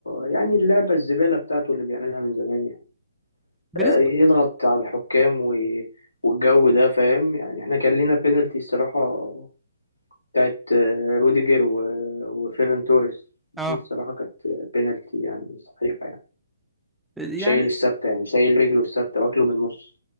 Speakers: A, on the left; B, in the centre.
A: يعني اللعبة الزبالة بتاعته اللي بيعملها من زمان يعني
B: بنسبة
A: آه، يضغط على الحكام و... والجو ده فاهم يعني احنا كان لينا بينالتي الصراحة بتاعت آه، روديجر و... وفيران توريس دي
B: اه
A: الصراحة كانت بينالتي يعني صحيحة يعني
B: يعني
A: شايل الثابتة يعني شايل رجله الثابتة واكله بالنص